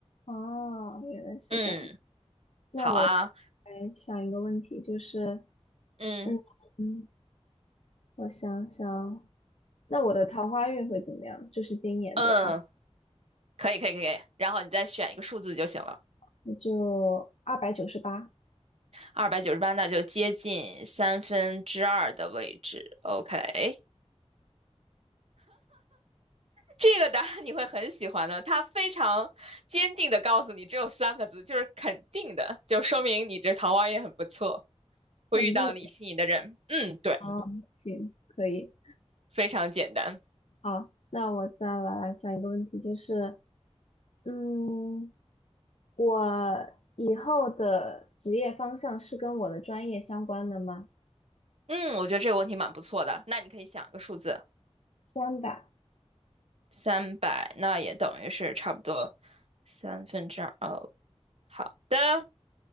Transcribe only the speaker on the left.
哦，原来是这样。
那我来想一个问题，
就是，
嗯嗯，我想想，那我的桃花运会怎么样？就是今年的桃，
那就二百九十八，
肯定
啊，行，可以。
好，那我再来想一个问题，就是，嗯，我以后的职业方向是跟我的专业相关的吗？
三百。